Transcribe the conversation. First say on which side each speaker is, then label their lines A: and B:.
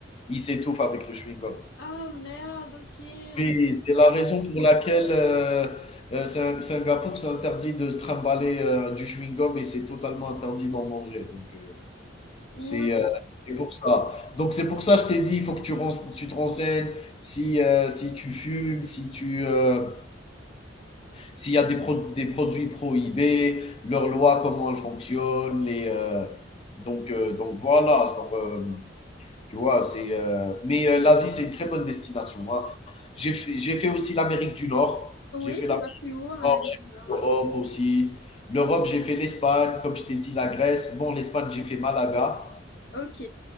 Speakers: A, on the left (about 30°); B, on the left (about 60°).
A: Ils s'étouffent avec le chewing-gum.
B: Ah merde, ok.
A: Oui,
B: Je...
A: c'est la raison pour laquelle euh, euh, Sing- Singapour, c'est interdit de se trimballer euh, du chewing-gum et c'est totalement interdit d'en manger. Donc, euh,
B: Ouais.
A: c'est euh, c'est pour ça. Donc c'est pour ça que je t'ai dit, il faut que tu, rense- tu te renseignes si euh, si tu fumes, si tu euh, s'il y a des pro- des produits prohibés, leurs lois, comment elles fonctionnent, les euh, donc euh, donc voilà. Donc, euh, tu vois, c'est euh, mais euh, l'Asie c'est une très bonne destination. hein. J'ai fait, j'ai fait aussi l'Amérique du Nord.
B: Oui,
A: J'ai fait l'Amérique
B: c'est parti où en
A: du
B: Amérique
A: Nord, j'ai
B: du
A: fait
B: Nord?
A: l'Europe aussi. L'Europe, j'ai fait l'Espagne, comme je t'ai dit, la Grèce. Bon, l'Espagne, j'ai fait Malaga.
B: Ok.